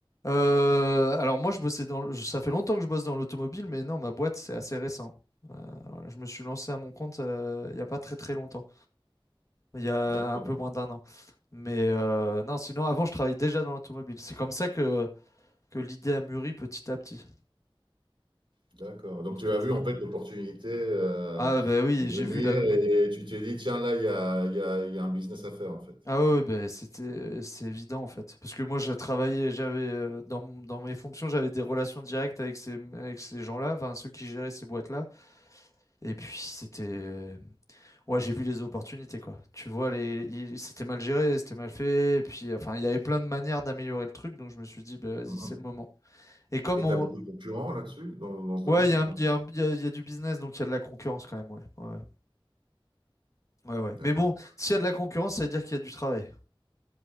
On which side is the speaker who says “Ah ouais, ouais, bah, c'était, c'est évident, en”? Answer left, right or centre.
Left